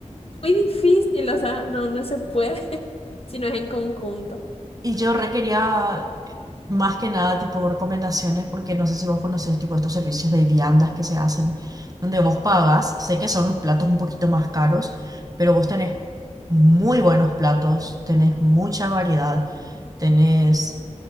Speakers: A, on the left (about 50°); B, on the right (about 30°).
A: muy difícil, o sea, no, no se puede <laughs> si no es en conjunto.
B: Y yo requería más que nada tipo recomendaciones porque no sé si vos conocés tipo estos servicios de viandas que se hacen donde vos pagas. Sé que son los platos un poquito más caros, pero vos tenés muy buenos platos, tenés mucha variedad, tenés